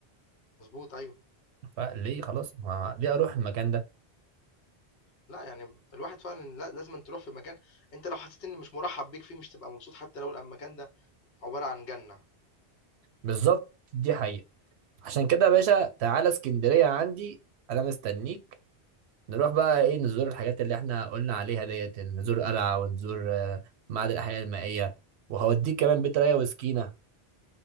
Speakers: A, on the left; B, on the right.
A: مضبوط أيوه،
B: فليه خلاص ما ليه اروح المكان ده
A: لأ يعني الواحد فعلًا لا لازمًا تروح في مكان أنت لو حسيت إن مش مرحب بيك فيه مش هتبقى مبسوط حتى لو المكان ده عبارة عن جنة،
B: بالظبط دي حقيقة عشان كده يا باشا تعالى اسكندرية عندي انا مستنيك نروح بقى ايه نزور الحاجات اللي احنا قلنا عليها ديت نزور قلعة ونزور آه، معهد الاحياء المائية وهوديك كمان بيت ريا وسكينة